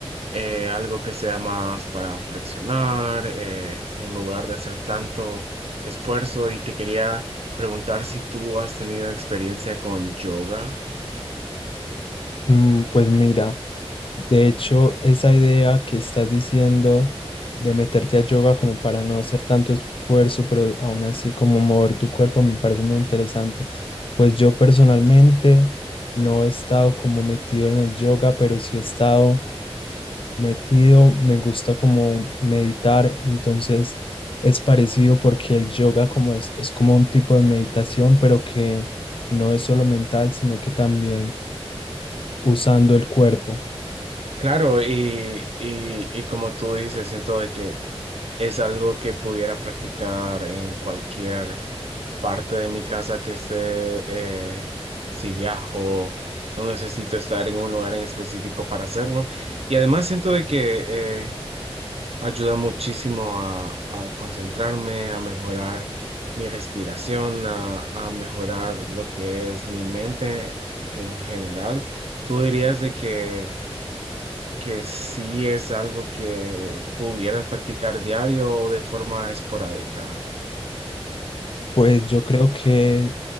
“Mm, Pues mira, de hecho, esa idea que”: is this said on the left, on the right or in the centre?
Left